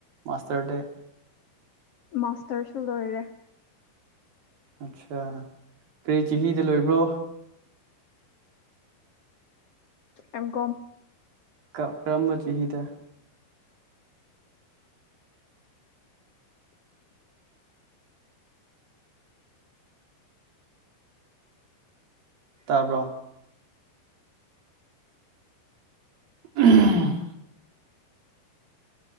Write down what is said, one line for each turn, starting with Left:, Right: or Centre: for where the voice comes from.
Right: ꯃꯥꯁꯇꯔ ꯗꯤ
Left: ꯃꯥꯁꯇꯔꯁꯨ ꯂꯣꯏꯔꯦ
Right: ꯑꯠꯁꯥ ꯀ꯭ꯔꯤ ꯆꯍꯤꯗ ꯂꯣꯏꯕ꯭ꯔꯣ
Left: ꯑꯦꯝ ꯀꯣꯝ
Right: ꯀ ꯀꯔꯝꯕ ꯆꯍꯤꯗ ꯇꯥꯕ꯭ꯔꯣ ꯎꯝ